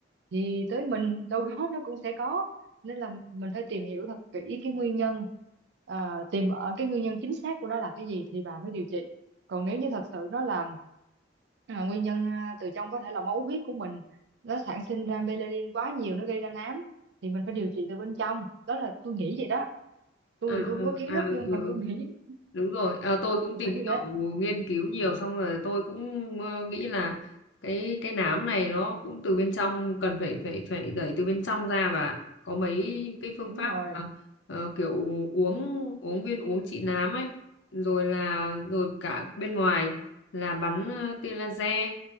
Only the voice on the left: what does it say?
à,
ừ,
à,
ừ,
ừ. ừ.
đúng rồi à, tôi cũng tìm
hiểu
nghiên cứu nhiều xong rồi tôi cũng ờ, nghĩ là cái cái nám này nó cũng từ bên trong cần phải phải phải đẩy từ bên trong ra và có mấy cái phương
pháp
mà ờ, kiểu uống uống viên uống trị nám ấy rồi là rồi cả bên ngoài là bắn ờ, tia laser